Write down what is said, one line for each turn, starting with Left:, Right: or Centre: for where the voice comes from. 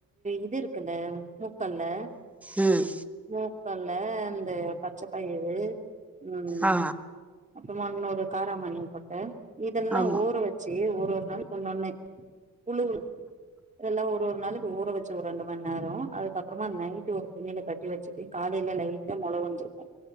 Right: இது இருக்குல்ல மூக்கல்ல
Centre: ம்
Right: மூக்கல்ல இந்த பச்ச பயிறு ம்
Centre: ஆ
Right: அப்றமா வந்து இன்னொரு கார மணி போட்டு இதெல்லா
Centre: ஆமா
Right: ஊர வச்சி ஒரு ஒரு நாள் ஒண்ணோனு புலு உலு இதெல்லா ஒருஒரு நாளைக்கு ஊற வச்சு ஒரு ரெண்டு ம நேர அதுக்கப்றமா நைடு ஒரு துணில கட்டி ட்டி வச்சுட்டு காலையில லைட்டா மொள வந்திருக்கு